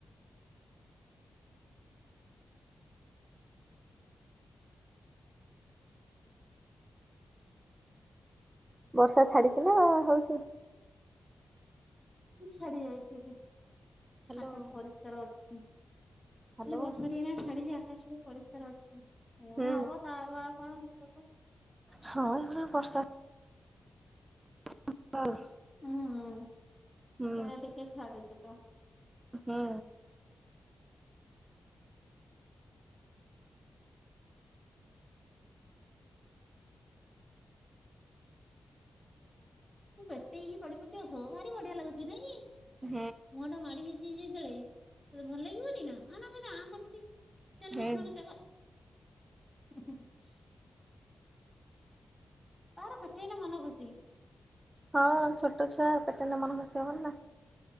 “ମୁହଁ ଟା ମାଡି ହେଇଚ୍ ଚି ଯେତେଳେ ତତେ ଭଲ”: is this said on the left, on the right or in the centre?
Centre